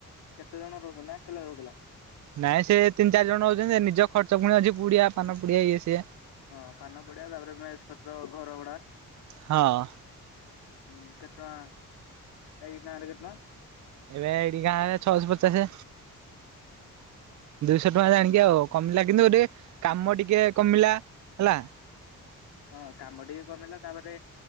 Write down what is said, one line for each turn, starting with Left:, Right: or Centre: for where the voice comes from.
Left: କେତେ ଜଣ ରହୁଥିଲେ ନା ଏକେଲା ରହୁଥିଲା?
Right: ନାଇଁ ସେ ତିନି ଚାରି ଜଣ ରହୁଛନ୍ତି ନିଜ ଖର୍ଚ୍ଚ ପୁଣି ଅଛି ପୁଡିଆ ପାନ ପୁଡିଆ ଇଏ ସିଏ।
Left: ହଁ ପାନ ପୁଡିଆ ତାପରେ ମେସ୍ ଖର୍ଚ୍ଚ ଘର ଭଡା।
Right: ହଁ
Left: ହୁଁ କେତେ ଟଙ୍କା ଏଇ ଗାଁ ରେ କେତେ ଟଙ୍କା?
Right: ଏବେ ଏଠି ଗାଁରେ ଛଅ ଶହ ପଚାଶେ।
Left: ହୁଁ
Right: ଦୁଇଶହ ଟଙ୍କା ଜାଣିକି ଆଉ କମିଲା କିନ୍ତୁ ଟିକେ କାମ ଟିକେ କମିଲା। ହେଲା।
Left: ହଁ କାମ ଟିକେ କମିଲା ତାପରେ